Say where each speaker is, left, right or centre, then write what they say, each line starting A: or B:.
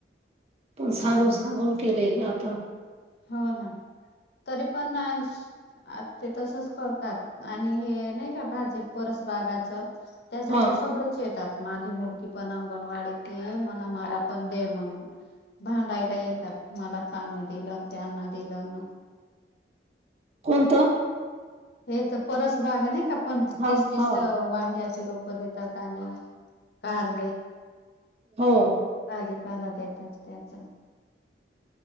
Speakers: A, on the left; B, on the right.
A: त्याच्या
B: तुम सांगून सांगून केलंय ग आता
A: हो ना तरी पण आ ते तसच करतात आणि हे नाही का भाजी परस बागाच त्याच्या
B: हा
A: तर <unintelligible> येतात माझी मुडग पण णवाडी ते म्हण मला पण दे म्हणून भांडायला येतात मला काने दिलं त्यांना दिलं
B: कोणता
A: हे तर परस भाग नाही का पण
B: हा
A: तीस तीस
B: हा
A: वांग्याची रोप देतात आणि कार
B: हो
A: भाजीपाला देतात त्याच